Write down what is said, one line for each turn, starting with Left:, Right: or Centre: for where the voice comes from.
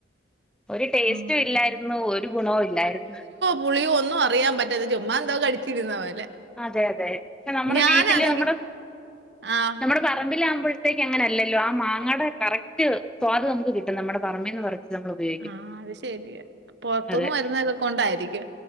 Centre: ഒരു ടേസ്റ്റും
Right: ആഹ്.
Centre: ഇല്ലായിരുന്നു ഒരു ഗുണവും ഇല്ലായിരുന്നു
Right: പുളിയും ഒന്നും അറിയാൻ പറ്റാത ചുമ്മാ എന്തോ കടിച്ചിരുന്ന പോലെ
Centre: അതെ അതെ പക്ഷെ നമ്മുടെ
Right: ഞാനാണെങ്കി
Centre: വീട്ടില് നമ്മുടെ
Right: ആഹ്
Centre: നമ്മുടെ പറമ്പില ആകുമ്പോഴത്തേക്ക് അങ്ങനെയല്ലല്ലോ ആ മാങ്ങയുടെ കറക്റ്റ് സ്വാദ് നമുക്ക് കിട്ടും നമ്മുടെ പറമ്പിൽന്ന് പറിച്ച് നമ്മൾ ഉപയോഗിക്കുമ്പോൾ
Right: ആഹ് അത് ശെരിയാ പൊറുത്തുന്ന്
Centre: അതെ
Right: വരുന്നതുകൊണ്ടായിരിക്കും